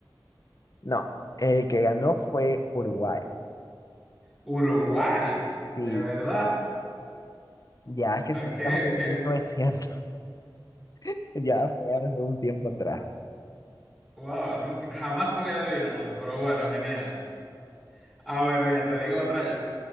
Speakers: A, on the left; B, in the centre.
A: No, el que ganó fue Uruguay.
B: Uruguay,
A: Sí,
B: de verdad.
A: ya es que
B: Ok,
A: eso está en
B: ok.
A: mil novecientos <laughs> ya fue hace un tiempo atrás.
B: Wow, nunca, jamás te hubiera adivinado, pero bueno, genial. A ver, mira, te digo otra yo.